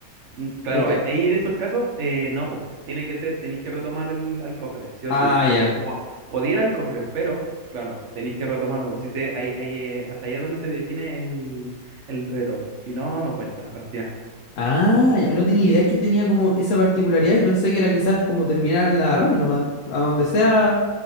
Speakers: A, on the right; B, on the left.
A: Mm, Claro,
B: Ento-
A: ahí ahí en esos casos, eh, no, po. tiene que ser, tenéis que retomar el, al cofre, sí o
B: ah,
A: sí,
B: ya.
A: porque po- podía ir al cofre, pero claro, tenéis que retomarlo, pues si se, ahí, ahí, eh, hasta ahí es donde se define el, el reto, si no, no cuenta la partida,
B: Ah, ya no tenía idea que tenía como esa particularidad. Yo pensé que era quizás como terminar la run nomás, a donde sea,